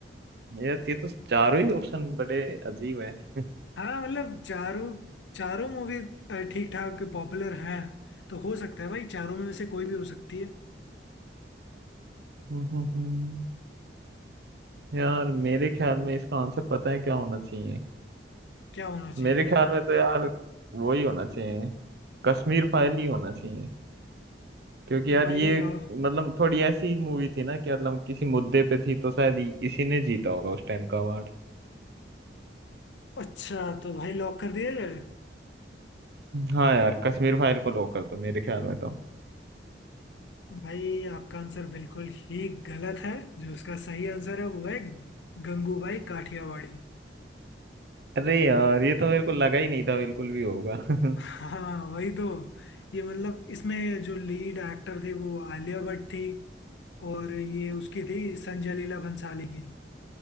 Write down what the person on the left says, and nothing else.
हाँ मतलब चारों चारों मूवी ठीक ठाक पॉपुलर हैं तो हो सकता है भाई चारों में से कोई भी हो सकती है
क्या होना चाहिए
तो
भाई
लॉ
अच्छा तो भाई लॉक कर दिया जाए
भाई आपका आंसर बिल्कुल ही गलत है जो उसका सही आंसर है वो है गंगूबाई काठियावाड़ी
हाँ वही तो ये मतलब इसमें जो लीड एक्टर थे वो आलिया भट्ट थी और ये उसकी थी संजय लीला भंसाली की